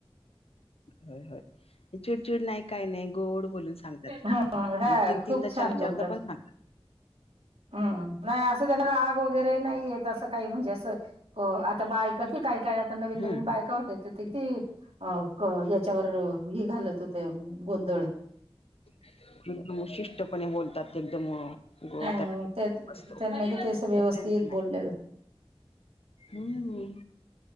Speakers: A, on the left; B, on the right.
A: हो हो, चिडचिड नाही काय नाही, गोड बोलून सांगतात,
B: हा हा
A: आणि तीन तीनदा
B: खूप छान
A: चार
B: बोलतात
A: चारदा पण सांगतात.
B: हम्म, नाही असं ग तर आग वगैरे नाहीयेत असं काही म्हणजे असं, आता बायका काय काय आता, नवीन
A: हम्म
B: नवीन बायका होत्या ते ते अ याच्यावर किती, हे घालत होते, गोंधळ.
A: <inaudible> एकदम शिष्टपणे बोलतात एकदम, <unintelligible>
B: अ त्यांना
A: असतो.
B: कि ते असं व्यवस्थित
A: तर त्यांचं नाही
B: बोलले.
A: हम्म.